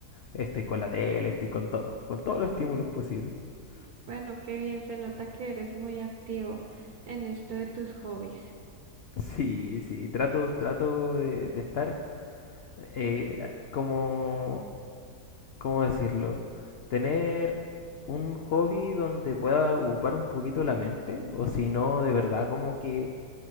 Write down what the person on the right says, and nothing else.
Bueno, qué bien se nota que eres muy activo en esto de tus hobbies.